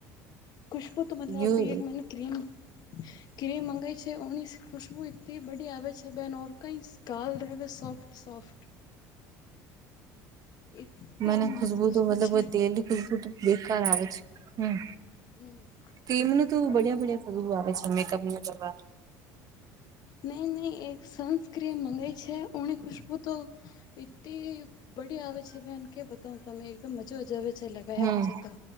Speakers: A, on the left; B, on the right.
A: ખુશબુ તો મતલબી
B: યુ
A: એક મને ક્રીમ ક્રીમ મંગાવાય છે ઓણીસ ખુશબુ તિ બડી આવે છે બેનર કઈ ગાલ રહેવે સોફ્ટ સોફ્ટ એટલી
B: મ
A: મસ્ત
B: ખુશબુ
A: ખુશ્બુ
B: તો મતલબ
A: છે
B: તેલ થ બેકાર આવે છે હમ
A: હમ
B: ક્રીમનું તું
A: બટ
B: બડ્યા બડ્યા ર આવે છે મેકઅપ ન કરવાનું
A: નહી નહી એક સનસ્ક્રીન મંગી છે ઓણી ખુશબુ તો ટલી બડી આવે છે બેન કે બતા તમે એકદમ મજાજ આવે છે છ લગયા
B: હમ
A: પછી તો